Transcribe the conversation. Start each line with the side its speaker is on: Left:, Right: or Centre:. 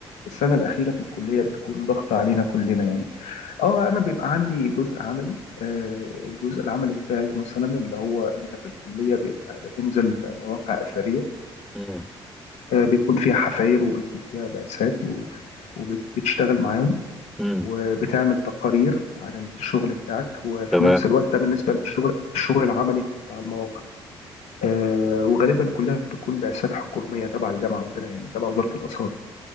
Left: السنه الاخيره في الكليه بتكون ضغط علينا كلنا يعني اه انا بيبقى عندي جزء عملي آه الجزء العملي بتاعي مثلا اللي هو انت في الكليه بيبقى بتنزل مواقع اثريه
Centre: امم
Left: آه بيكون فيها حفاير وبيكون فيها بعثات و- وبتشتغل معاهم
Centre: امم
Left: وبتعمل تقارير عن الشغل بتاعك وفي
Centre: تمام
Left: نفس الوقت ده بالنسبة للشغل الشغل العملي بتاع المواقع آه، وغالبا كلها بتكون بعثات حكومية تبع الجامعة وكده يعني تبع وزارة الآثار